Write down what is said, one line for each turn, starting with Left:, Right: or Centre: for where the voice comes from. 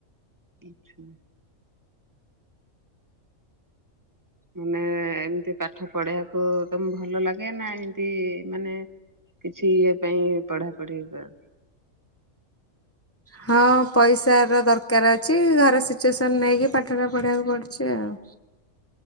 Right: ଆଚ୍ଛା। ମାନେ ଏମିତି ପାଠ ପଢ଼େଇବାକୁ ତମ ଭଲ ଲାଗେ ନା ଏମତି ମାନେ କିଛି ଇଏ ପାଇଁ ପଢାପଢି କର?
Left: ହଁ ପଇସାର ଦରକାର ଅଛି ଘର ସିଚୁଏସନ୍ ନେଇକି ପାଠଟା ପଢେଇବାକୁ ପଡୁଛି ଆଉ।